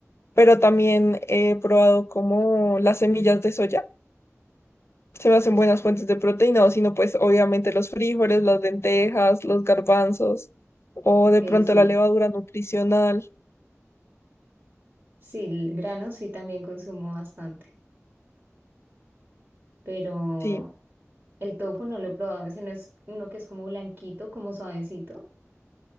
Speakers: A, on the left; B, on the right.
A: pero también he probado como las semillas de soya se me hacen buenas fuentes de proteína, o si no, pues obviamente los frijoles, las lentejas, los garbanzos, o
B: Ok,
A: de pronto
B: sí,
A: la levadura nutricional.
B: sí, el grano sí también consumo bastante, pero
A: Sí,
B: el tofu no lo he probado, ese no es uno que es como blanquito, como suavecito.